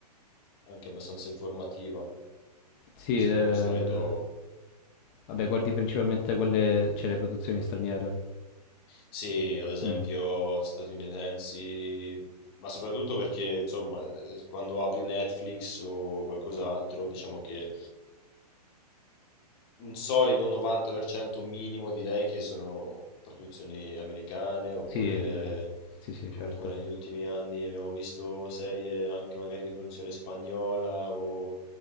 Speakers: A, on the left (about 35°); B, on the left (about 20°).
A: anche abbastanza informativa.
B: Sì,
A: Se
B: ed è-
A: no, di solito
B: vabbè, guardi principalmente
A: eh,
B: quelle, cioè le produzioni straniere.
A: Sì, ad esempio
B: Mm,
A: statunitensi, ma soprattutto perché, insomma, eh, quando apri Netflix o qualcos'altro, diciamo che un solido 90% minimo direi che sono produzioni americane oppure
B: Sì, beh, sì, sì,
A: comunque
B: certo.
A: negli ultimi anni abbiamo visto serie anche magari di produzione spagnola o